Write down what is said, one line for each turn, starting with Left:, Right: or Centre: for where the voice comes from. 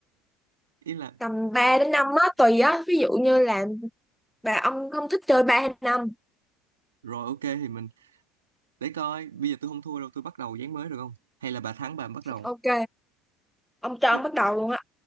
Right: ý là
Centre: Tầm ba đến 5 á, tùy á. Ví dụ như là bà ông không thích chơi 3 hay năm,
Right: rồi ok thì mình để coi bây giờ tôi không thua đâu tôi bắt đầu ván mới được không hay là bà thắng bà bắt đầu
Centre: Ok, ông cho
Right: tôi,
Centre: ông bắt đầu luôn á.